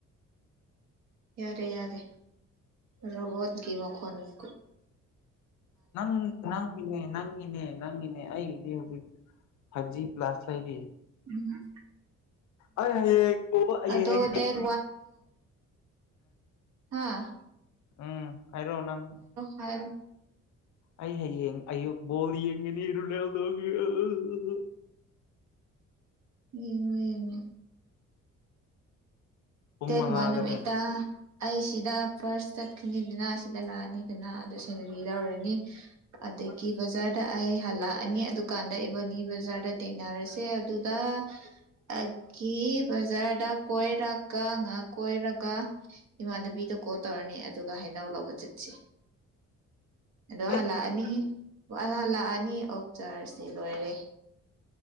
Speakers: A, on the right; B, on the left.
A: ꯌꯥꯔꯦ ꯌꯥꯔꯦ ꯔꯣꯕꯣꯠꯀꯤ ꯃꯈꯣꯟꯅꯤꯀꯣ
B: ꯅꯪꯪ ꯅꯪꯒꯤꯅꯦ ꯅꯪ ꯏꯅꯦ ꯅꯪꯒꯤꯅꯦ ꯑꯩꯒꯤꯗꯤ ꯍꯧꯖꯤꯛ ꯐꯥꯏꯚ ꯖꯤ ꯄ꯭ꯂꯥꯁ ꯂꯩꯔꯤ
A: ꯎꯝ
B: ꯑꯩ ꯍꯌꯦꯡ ꯀꯣꯕ ꯑꯩꯌꯦꯡꯍꯦꯛ
A: ꯑꯗꯣ ꯗꯦꯠ ꯍꯥꯥ
B: ꯎꯝ ꯍꯥꯏꯔꯣ ꯅꯪ
A: ꯍꯥꯏꯔꯣ
B: ꯑꯩ ꯑꯌꯦꯡ ꯑꯌꯨꯛ ꯕꯣꯜ ꯌꯦꯡꯒꯅꯤ ꯔꯣꯅꯥꯜꯗꯣꯒꯤ ꯑꯑꯑ
A: ꯌꯦꯡꯉꯣ ꯌꯦꯡꯉꯣ
B: ꯄꯨꯡ
A: ꯗꯦꯠ
B: ꯃꯉꯥꯗꯅꯦ
A: ꯋꯥꯟ ꯅꯨꯃꯤꯠꯇ ꯑꯩ ꯁꯤꯗ ꯐꯥꯔꯁ ꯆꯠꯀꯅꯤꯗꯅ ꯁꯤꯗ ꯂꯥꯛꯑꯅꯤꯗꯅ ꯑꯗꯨ ꯁꯦꯂꯔꯤ ꯂꯧꯔꯅꯤ ꯑ ꯑꯗꯨꯗꯒꯤ ꯕꯖꯥꯔꯗ ꯑꯩ ꯍꯜꯂꯛꯑꯅꯤ ꯑꯗꯨꯀꯥꯟꯗ ꯏꯕꯅꯤ ꯕꯖꯥꯔꯗ ꯊꯦꯡꯅꯔꯁꯦ ꯑꯗꯨꯗ ꯑꯩꯒꯤ ꯕꯖꯥꯔꯗ ꯀꯣꯢꯔꯛ ꯀ ꯉ ꯀꯣꯏꯔꯒ ꯏꯃꯥꯟꯅꯕꯤꯗ ꯀꯣꯜ ꯇꯧꯔꯅꯤ ꯑꯗꯨꯒ ꯍꯩꯅꯧ ꯂꯧꯕ ꯆꯠꯁꯤ ꯑꯗꯨ
B: ꯑꯦ
A: ꯍꯜꯂꯛꯑꯅꯤ ꯑꯣꯢ ꯑꯩ ꯍꯜꯂꯛꯑꯅꯤ ꯑꯣꯛ ꯆꯥꯔꯁꯦ ꯂꯣꯏꯔꯦ